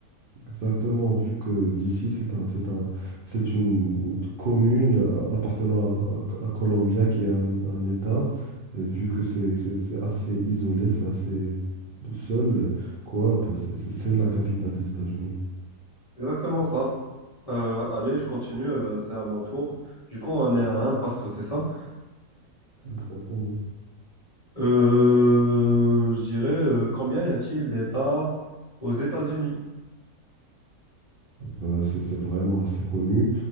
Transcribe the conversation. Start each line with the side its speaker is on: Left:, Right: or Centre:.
Right: Exactement, vu que d'ici, c'est un, c'est un, c'est une commune a- appartenant à, à Colombia qui est un, un État, et vu que c'est c'est- c'est assez isolé, c'est assez seul, quoi, ben, c'est c'est- c'est la capitale des États-Unis.
Left: Exactement ça. Euh, allez, je continue, euh, c'est à mon tour. Du coup, on est à un partout, c'est ça?
Right: Exactement.
Left: Euh, je dirais, euh, combien y a-t-il d'États aux États-Unis?
Right: Ben, c'est c'est vraiment assez connu.